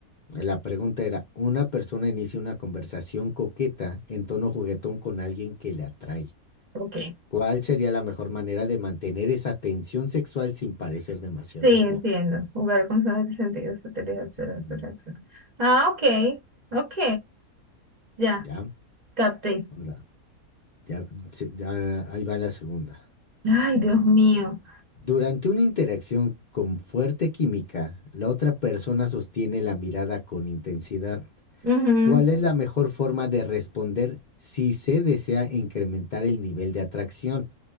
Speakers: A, on the left; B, on the right.
A: la pregunta era, una persona inicia una conversación coqueta en tono juguetón con alguien que le atrae.
B: Ok.
A: ¿Cuál sería la mejor manera de mantener esa tensión sexual sin parecer demasiado
B: Sí,
A: obvio?
B: entiendo. Jugar con sus sentidos sutiles, observar
A: Ujú.
B: su reacción. Ah, ok, ok, ya,
A: ¿Ya?
B: capté.
A: Ahora, ya, se- ya, ahí va la segunda.
B: Ay, Dios mío.
A: Durante una interacción con fuerte química, la otra persona sostiene la mirada con intensidad.
B: Ujú,
A: ¿Cuál es la mejor forma de responder si se desea incrementar el nivel de atracción?